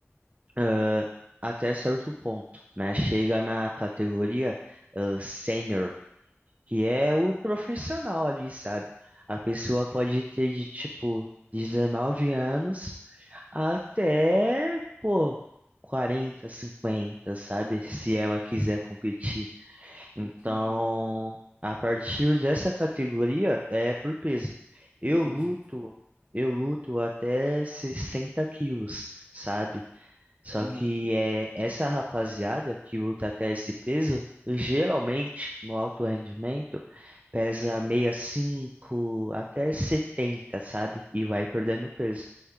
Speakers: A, on the right; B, on the right.
A: ãh, até certo ponto, né? Chega na categoria, ãh, sênior, que é o profissional ali, sabe? A pessoa pode ter de tipo 19 anos Até, pô, 40, 50, sabe? Se ela quiser competir. Então,
B: Entendi.
A: a partir dessa categoria é por peso. Eu
B: Entendi.
A: luto, eu luto até 60 quilos, sabe? Só
B: Aham.
A: que é essa rapaziada que luta até esse peso, geralmente no alto rendimento, pesa 65 até 70, sabe? E vai perdendo peso.